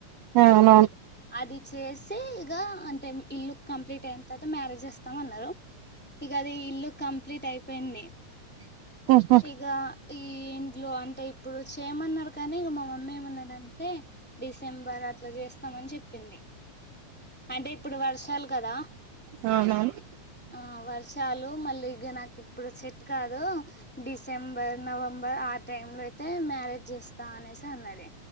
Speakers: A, on the right; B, in the centre.
A: అవునవును
B: అది చేసి ఇగ అంటే ఇల్లు కంప్లీట్ అయిన తర్వాత మ్యారేజ్ చేస్తామన్నారు ఇక అది ఇల్లు కంప్లీట్ అయిపోయింది
A: ఉహు
B: ఇగ ఈ ఇంట్లో అంటే ఇప్పుడు చేయమన్నారు కానీ మా మమ్మీ ఏమన్నదంటే డిసెంబర్ అట్లా చేస్తామని చెప్పింది అంటే ఇప్పుడు వర్షాలు కదా
A: అవునవును
B: ఆ వర్షాలు మళ్ళీ ఇగ నాకు ఇప్పుడు సెట్ కాదు డిసెంబర్ నవంబర్ ఆ టైమ్ లో అయితే మ్యారేజ్ చేస్తా అనేసి అన్నాది